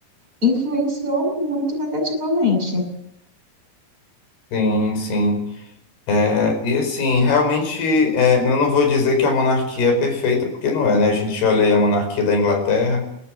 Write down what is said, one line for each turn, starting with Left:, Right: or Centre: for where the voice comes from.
Right: Influenciou muito negativamente.
Left: sim, sim. É, e assim, realmente, é, eu não vou dizer que a monarquia é perfeita, porque não é, né? A gente olha aí a monarquia da Inglaterra,